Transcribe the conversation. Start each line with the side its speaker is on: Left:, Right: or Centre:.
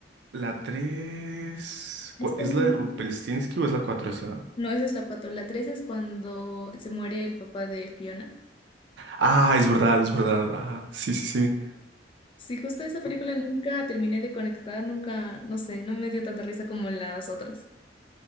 Right: la tres
Left: Es con...
Right: ¿es la de Rumpelstiltskin o es la 4 esa?
Left: No, esa es la 4. La 3 es cuando se muere el papá de Fiona.
Right: Ah, es verdad, es verdad. Ah, sí, sí, sí.
Left: Sí, justo esa película nunca terminé de conectar, nunca, no sé, no me dio tanta risa como las otras.